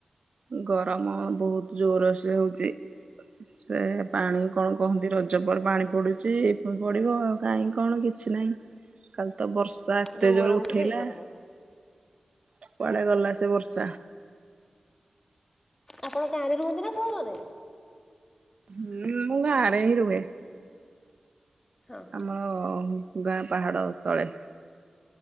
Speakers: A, on the right; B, on the left.
A: ଗରମ ବହୁତ ଜୋର ସେ ହଉଛି ସେ ପାଣି କଣ କହନ୍ତି ରଜବଲ ପାଣି ପଡ଼ୁଚି ପଡ଼ିବ ଆଉ କାହିଁ କଣ କିଛି ନାହିଁ କାଲି ତ ବର୍ଷ ସ
B: ଯୋଉ
A: ତେଜୋରୁ
B: ଗରମକୁ
A: ଉଠେଇଲା,
B: ସେଇ ଗରମ।
A: କୁଡେ ଗଲା ସେ ବର୍ଷା?
B: ଆପଣ କାଁରେ ରୁହନ୍ତି ନା ସହରରେ?
A: ହଁ ମୁଁ ଗାଁରେ ହିଁ ରୁହେ।
B: ହଁ ହଁ
A: ଆମର ଗାଁ ପାହାଡ ତଳେ